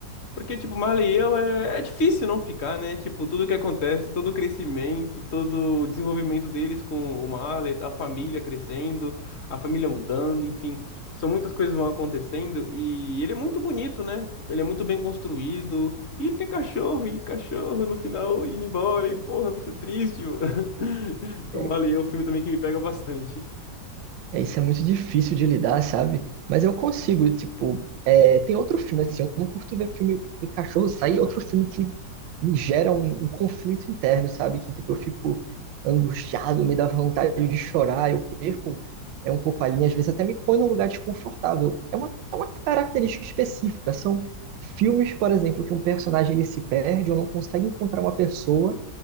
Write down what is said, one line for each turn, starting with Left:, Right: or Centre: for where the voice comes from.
Left: Porque, tipo, Marley e eu é, é difícil não ficar, né? Tipo, tudo que acontece, todo o crescimento, todo o desenvolvimento deles com o Marley, a família crescendo, a família mudando, enfim. São muitas coisas que vão acontecendo e ele é muito bonito, né? Ele é muito bem construído. E ele tem cachorro, e cachorro no final indo embora, e porra, é muito triste, mano. <laughs> Então,
Right: É,
Left: Marley e eu é um filme também que me pega bastante.
Right: É, isso é muito difícil de lidar, sabe? Mas eu consigo, tipo, é, tem outro filme, assim, eu não curto ver filme de cachorro sair, outro filme que me gera um, um conflito interno, sabe? Que, tipo, eu fico angustiado, me dá vontade de chorar, eu perco é um pouco a linha, às vezes até me põe num lugar desconfortável. É uma, é uma característica específica, são filmes, por exemplo, que um personagem ele se perde ou não consegue encontrar uma pessoa,